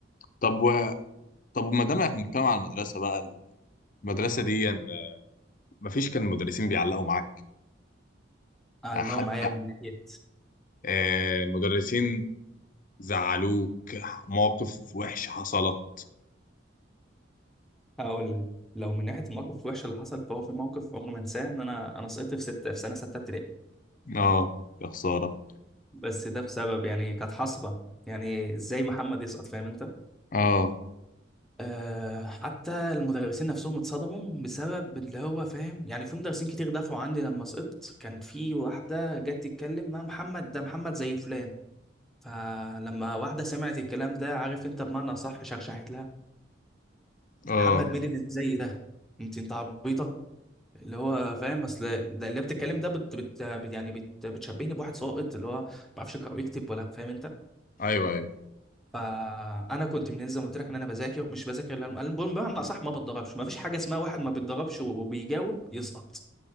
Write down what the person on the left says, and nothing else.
طب و... طب ما دام احنا بنتكلم على المدرسه بقى المدرسه دي يعني ما فيش كان مدرسين بيعلقوا معاك
حد
آه مدرسين زعلوك مواقف وحشه حصلت
اه يا خساره
اه
اه
ايوه أيوه.